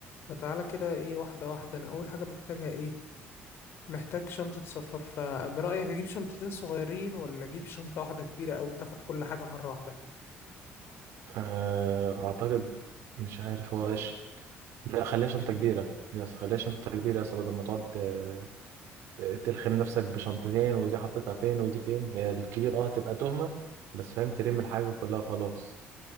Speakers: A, on the left; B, on the right.
A: فتعالى كده ايه واحدة واحدة أنا أول حاجة محتاجها ايه محتاج شنطة سفر فبرأيك أجيب شنطتين صغيرين ولا أجيب شنطة واحدة كبيرة أوي تاخد كل حاجة مرة واحدة
B: آه، اعتقد مش عارف هو ايش لا خليها شنطة كبيرة يس خليها شنطة كبيرة يا اسطى بدل ما تقعد آه، آه، تلخم نفسك بشنطتين ودي حطيتها فين ودي فين هي الكبير اه تبقى تهمة بس فاهم تلم الحاجة كلها وخلاص